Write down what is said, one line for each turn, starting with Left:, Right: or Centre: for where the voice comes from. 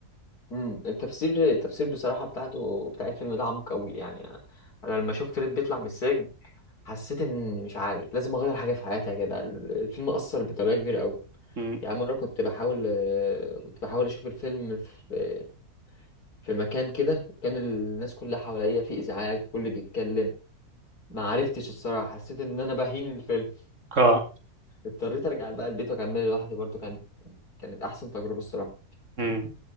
Left: امم التفسير التفسير بصراحة بتاعته بتاع الفيلم ده عميق قوي يعني انا لما شفت ريد بيطلع من السجن حسيت ان مش عارف لازم اغير حاجة في حياتي يا جدع الفيلم أثر بطريقة كبيرة قوي
Right: مم،
Left: يعني مرة كنت بحاول آه، كنت بحاول أشوف الفيلم في في مكان كده وكان الناس كلها حواليا في إزعاج كل بيتكلم ما عرفتش الصراحة حسيت ان انا بهين الفيلم
Right: أه
Left: اضطريت ارجع بقى البيت واكمله لوحدي برضو كان كانت احسن تجربة الصراحة
Right: مم،